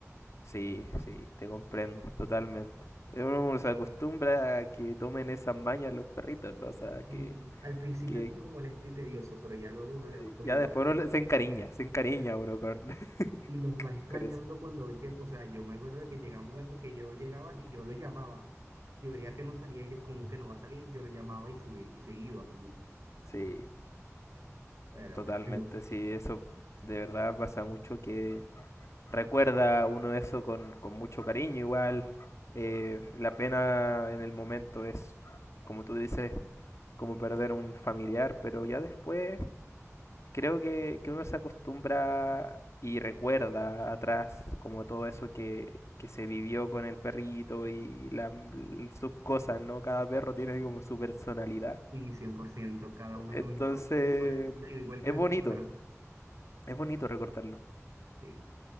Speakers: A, on the left; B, on the right.
A: Sí, sí, te comprendo totalmente. Eh, Uno se acostumbra a que tomen esas mañas los perritos, ¿no? O sea, que,
B: Sí, al principio
A: que
B: es como molesto y tedioso, pero ya luego uno le va
A: eh,
B: cogiendo
A: ya después
B: cariño.
A: uno le- se encariña, se encariña uno con, <laughs>
B: y los va extrañando
A: con eso.
B: cuando ve que, o sea, yo me acuerdo de que llegaba un momento que yo llegaba y yo lo llamaba. Si veía que no salía, ellos como que no va a salir, yo lo llamaba y se, y se iba.
A: Sí,
B: Pero
A: totalmente,
B: no,
A: sí, eso de verdad pasa mucho que recuerda uno eso con, con mucho cariño igual. Eh, la pena en el momento es, como tú dices, como perder un familiar, pero ya después creo que, que uno se acostumbra y recuerda atrás como todo eso que, que se vivió con el perrito y la- l- sus cosas, ¿no? Cada perro tiene como su personalidad.
B: sí, 100% cada uno
A: Entonces,
B: es único, igual, que- te digo, igual que
A: es
B: las
A: bonito,
B: personas.
A: es bonito recordarlo.
B: Sí.